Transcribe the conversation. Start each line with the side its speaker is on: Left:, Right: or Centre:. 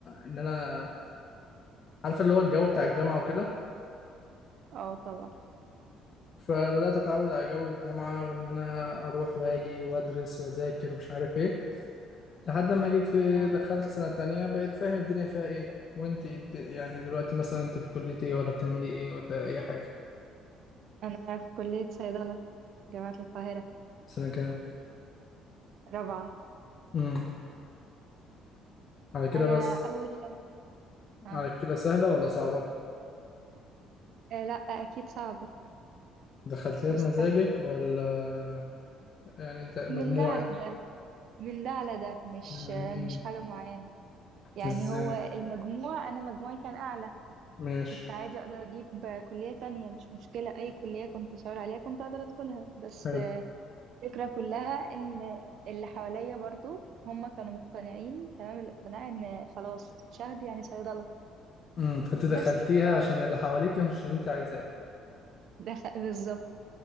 Left: إن أنا عارف اللي هو الجو بتاع الجامعة وكده
Right: اه طبعا
Left: فبدأت أتعود على جو الجامعة وإن أنا أروح وأجي وأدرس وأذاكر ومش عارف إيه لحد ما جيت في
Right: اه
Left: دخلت سنة تانية بقيت فاهم الدنيا فيها ايه وانت د- يعني دلوقتي مثلا انت في كلية ايه ولا بتعملي ايه ولا اي حاجة
Right: انا في كلية صيدلة جامعة القاهرة
Left: سنة كام
Right: رابعة
Left: امم على كده
Right: انا
Left: بس
Right: اول لما آه.
Left: على كده سهلة ولا صعبة
Right: آه لا اكيد صعبة
Left: دخلتيها
Right: مش
Left: بمزاجك
Right: سهلة خالص.
Left: ولا يعني ده مجموعك
Right: من ده على ده من ده على ده مش
Left: يعني
Right: آه
Left: إيه؟
Right: مش حاجة معينة يعني
Left: ازاي
Right: هو المجموع انا مجموعي كان اعلى
Left: ماشي
Right: كنت عادي اقدر اجيب كلية تانية مش مشكلة اي كلية كنت اشاور عليها كنت اقدر ادخلها بس
Left: حلو
Right: آه، الفكرة كلها ان اللي حواليا برضو هم كانوا مقتنعين تمام الاقتناع ان خلاص شهد يعني صيدلة
Left: امم فانت دخلتيها
Right: بس ف
Left: عشان اللي حواليك مش اللي انت عايزاه
Right: دخ... بالظبط